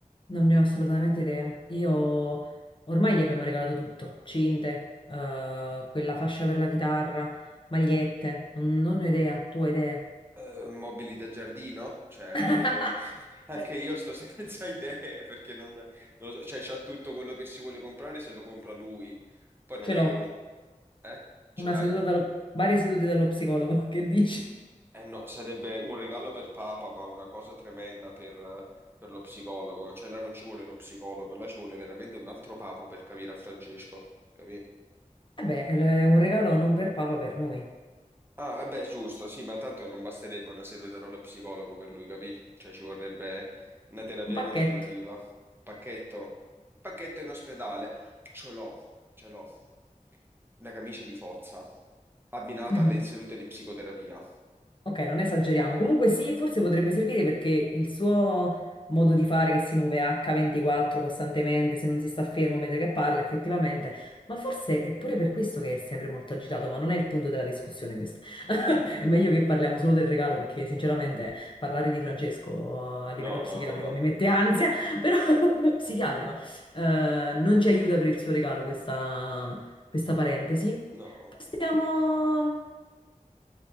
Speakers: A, on the left; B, on the right.
A: Non ne ho assolutamente idea. Io ormai gli abbiamo regalato tutto, cinte, eh, quella fascia per la chitarra, magliette, non, non ne ho idea, tu hai idee.
B: Eh, mobili da giardino? Cioè anche
A: <laughs>
B: io, <laughs> anche io sto senza idee perché non, non lo so, cioè c'ha tutto quello che si vuole comprare se lo compra lui, poi non
A: Ce
B: è
A: l'ho,
B: che un... eh? Ce
A: una
B: l'hai?
A: seduta dallo, varie sedute dallo psicologo, <laughs> che dici?
B: Eh no, sarebbe un regalo per Papa, ma una cosa tremenda per, per lo psicologo. Cioè, là non ci vuole lo psicologo, là ci vuole veramente un altro Papa per capire a Francesco, capì?
A: Vabbè, è un regalo non per papa, per noi,
B: Ah, eh beh, giusto, sì, ma tanto non basterebbe una seduta dallo psicologo per lui, capì? Cioè, ci vorrebbe una terapia
A: un pacchetto.
B: continuativa. Pacchetto. Pacchetto in ospedale. Ce l'ho, ce l'ho. Una camicia di forza, abbinata
A: <laughs>
B: alle sedute di psicoterapia.
A: Ok, non esageriamo. Comunque sì, forse potrebbe servire perché il suo modo di fare che si muove H24 costantemente, se non si sta fermo mentre che parla, effettivamente. Ma forse è pure per questo che è sempre molto agitato, ma non è il punto della discussione questo. <laughs> È meglio che parliamo solo del regalo perché sinceramente parlare di Francesco eh, a livello
B: No, no,
A: psichiatrico
B: no,
A: mi mette ansia, <laughs> però <laughs> psichiatrico eh, non ci aiuta per il suo regalo questa, questa parentesi.
B: no.
A: Passiamo.